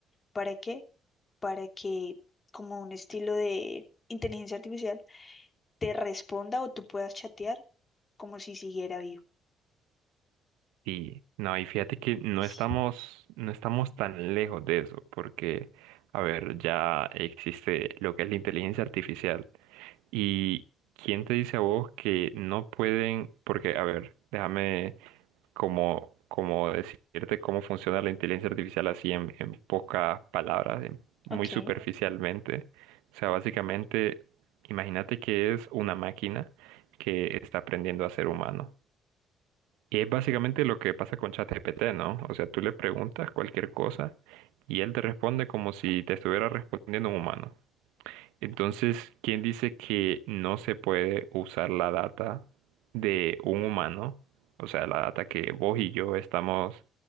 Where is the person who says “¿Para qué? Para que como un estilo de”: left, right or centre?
Left